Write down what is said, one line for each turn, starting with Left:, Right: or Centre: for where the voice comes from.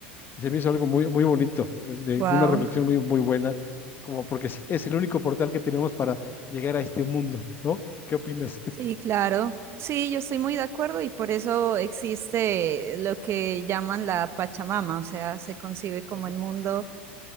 Left: Y se me hizo algo muy, muy bonito, de, de
Right: Wow.
Left: una reflexión muy, muy buena, como porque sí, es el único portal que tenemos para llegar a este mundo, ¿no? ¿Qué opinas? <laughs>
Right: Sí, claro. Sí, yo estoy muy de acuerdo y por eso existe lo que llaman la Pachamama, o sea, se concibe como
Left: Ujú.
Right: el mundo,